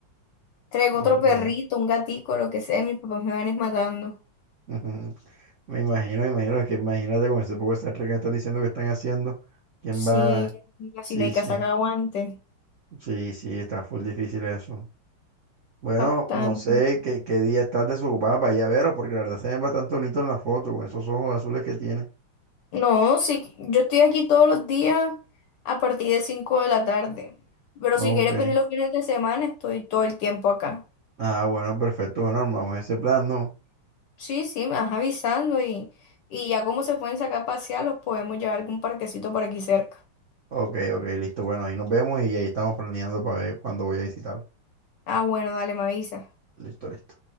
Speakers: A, on the left; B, on the right.
A: traigo otro
B: Ok.
A: perrito,
B: <laughs>
A: un gatico, lo que sea, y mis papás me van a ir matando.
B: Ujú. Me imagino, me imagino, es que imagínate con ese poco de Star que estás diciendo que están haciendo. ¿Quién
A: Sí,
B: va?
A: así
B: Sí,
A: no hay
B: sí,
A: casa que aguante.
B: sí, sí, está full difícil eso. Bueno,
A: Bastante.
B: no sé qué, qué día estás desocupada para ir a veros, porque la verdad se ven bastante bonitos en la foto, con esos ojos azules que tiene.
A: No, sí, yo estoy aquí todos los días a partir de 5 de la tarde, pero
B: Ok.
A: si quieres venir los fines de semana, estoy todo el tiempo acá.
B: Ah, bueno, perfecto. Bueno, armamos ese plan, ¿no?
A: Sí, sí, me vas avisando y, y ya como se pueden sacar a pasear, los podemos llevar a algún parquecito por aquí cerca.
B: Ok, ok, listo. Bueno, ahí nos vemos y ahí estamos planeando para ver cuándo voy a visitarlo.
A: Ah, bueno, dale, me avisa.
B: Listo, listo.